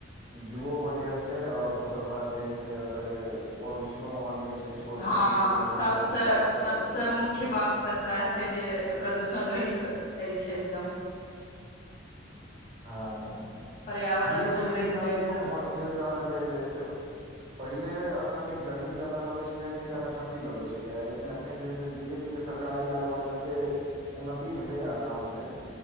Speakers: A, on the right; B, on the left.
A: व्यूो बढ़िया छै और दोसर बात जे हे से एते के पोल्यूशनो ओहन नैय छै छोट
B: हँ
A: छन सिटी मे
B: सबसँ
A: जे बहुत साफ सुथरा
B: सबसँ
A: सिटी
B: मुख्य
A: छै
B: बात तऽ सएह छै जे प्रदूषण रहित अछि एकदम
A: हँ
B: पर्यावरण
A: धीरे
B: समृद्ध
A: धीरे लेकिन आब
B: एकदम
A: इहो भेल जा रहले हऽ जे है से पहिले एतऽ नहि गर्मी ज्यादा लगैत छलै नहि जा्यादा ठण्डी लगैत छलै हा लेकिन अखन जे है से बी जे पी के सरकार अयलाके बाद जते उन्नति भेलैए आसामके